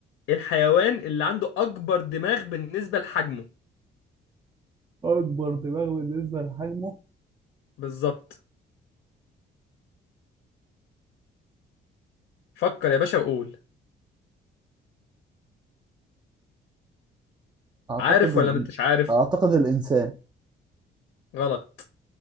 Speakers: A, on the left; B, on the right.
A: الحيوان اللي عنده اكبر دماغ بالنسبه لحجمه
B: اكبر دماغ بالنسبه لحجمه
A: بالظبط فكر يا باشا وقول
B: اعتقد
A: عارف ولا ما انتش عارف
B: اعتقد الانسان
A: غلط